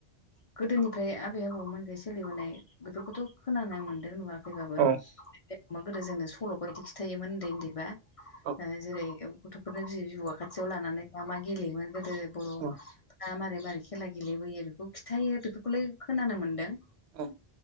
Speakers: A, on the left; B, on the right.
A: गोदोनिफ्राय आबौमोननिफ्राय सोलिबोनाय बेफोरखौथ' खोना मोनदों नुवाखैबाबो
B: औ
A: अमा गोदो जोंनो सल' बायदि खिथायोमोन उन्दै उन्दैबा
B: औ
A: जेरै गथ' बेफोरनो बिबै बिबौआ खाथियाव लानानै मा मा गेलेयोमोन गोदो बर'
B: औ
A: फ्रा मारै मारै खेला गेलेबोयो बेखौ खिन्थायो बेफोरखौलाय खोनानो मोन्दों
B: औ